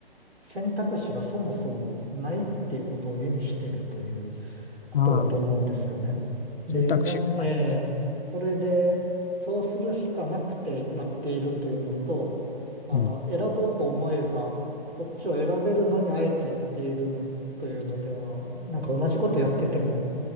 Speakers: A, on the right; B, on the left.
A: 選択肢がそもそもないっていうことを意味してるということだと思うんですよね。
B: まあ、
A: で、
B: 選択肢がない。
A: なんか、えーそれで、そうするしかなくてやっているというのと、あの、
B: うん、
A: 選ぼうと思えば、こっちを選べるのにあえてやっているのというのでは、なんか同じことやってても、